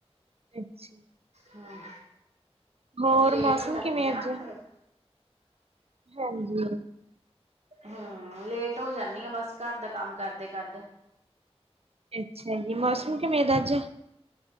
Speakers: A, on the right (about 65°); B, on the right (about 85°).
A: ਅੱਛਾ
B: ਹਾ,
A: ਹੋਰ
B: ਲੇਟ
A: ਮੌਸਮ
B: ਹੋ ਜਾਂਦੀ
A: ਕਿਵੇਂ
B: ਆ
A: ਅੱਜ?
B: ਨਾ ਫੇਿਰ
A: ਹਾਂਜੀ
B: ਹਾ, ਲੇਟ ਹੋ ਜਾਂਦੀ ਆ ਬਸ, ਘਰ ਦਾ ਕੰਮ ਕਰਦੇ ਕਰਦੇ
A: ਅੱਛਾ ਜੀ, ਮੌਸਮ ਕਿਵੇਂ ਦਾ ਅੱਜ